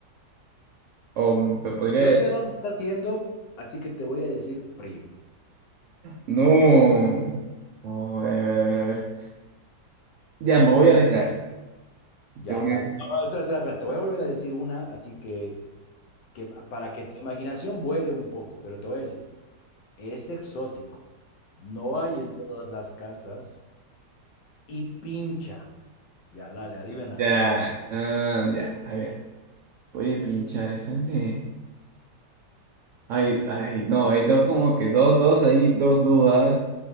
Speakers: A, on the right; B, on the left.
A: o mm, te podría
B: Yo sé dónde está haciendo, así que te voy a decir frío.
A: No. No, a ver, a ver, a ver. Ya, me voy
B: No,
A: a arriesgar.
B: ya,
A: Te voy
B: dale.
A: a decir.
B: No, espera, espera, espera, te voy a volver a decir una, así que que para que tu imaginación vuele un poco, pero te voy a decir, es exótico, no hay en todas las casas y pincha. Ya, dale, adivina.
A: Ya, ah, ya, a ver. Voy a pinchar esta ante- Ay, ay, no, hay dos como que dos, dos, hay dos dudas.